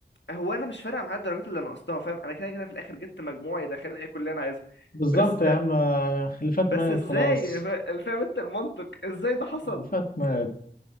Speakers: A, on the left (about 80°); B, on the left (about 50°).
A: هو انا مش فارقة معايا الدرجات اللي انا نقصتها فاهم انا كده كده في الاخر جبت مجموعة يدخلني اي كلية انا عايزها
B: بالظبط
A: بس
B: يا عم اللي فات
A: بس
B: مات
A: ازاي
B: خلاص
A: فا- فاهم انت المنطق ازاي ده حصل
B: اللي فات مات